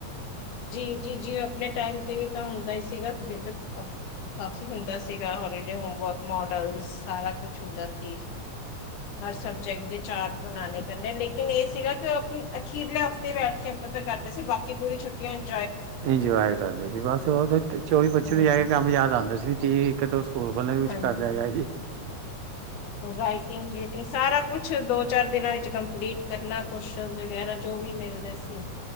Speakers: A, on the left; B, on the right.
A: ਜੀ ਜੀ ਜੀ ਆਪਣੇ ਟਾਈਮ ਤੇ ਵੀ ਤਾਂ ਹੁੰਦਾ ਹੀ ਸੀਗਾ ਬ ਕਾਫੀ ਹੁੰਦਾ ਸੀਗਾ ਹੋੇ ਹੋਮਵਰਕ ਮੋਡਲ ਸਾਰਾ ਕੁਛ ਹੁੰਦਾ ਸੀ ਹਰ ਸਬਜੈਕਟ ਦੇ ਚਾਰਟ ਬਣਾ ਲੇਕਨ ਇਹ ਸੀਗਾ ਕਿ ਆਪ ਅਖੀਰਲੇ ਹਫ਼ਤੇ ਬੈਠ ਕੇ ਆਪਾਂ ਕਰਦੇ ਸੀ ਬਾਕੀ ਪੂਰੀੁ ਛੁਟ <unintelligible>
B: ਇੰਜੋਏ ਕਰਦੇ ਸੀ ਬਸ ਉਹ ਚੋਵੀ ਬੱਚੀ
A: ਹੂੰ,
B: ਨੂੰ ਜਾ ਕੇ ਕੰਮ ਯਾਦ ਆਉਂਦੇ ਸੀ ਠੀਕ ਆ ਤੁਸੀ ਸਕੂਲ ਖੋਲਣੇ ਵੀ ਕੁਛ
A: ਹਾਂਜੀ।
B: ਕਰ ਲਿਆ ਜਾਏ ਜੀ
A: ਰਾਈਟਿੰਗ ਰੁਟਿੰਗ ਸਾਰਾ ਕੁਛ ਦੋ ਚਾਰ ਦਿਨਾਂ ਵਿੱਚ ਕੰਪਲੀਟ ਕਰਨਾ ਕੋਸ਼ਨ ਵਗੈਰਾ ਜੋ ਵੀ ਮਿਲਦੇ ਸੀ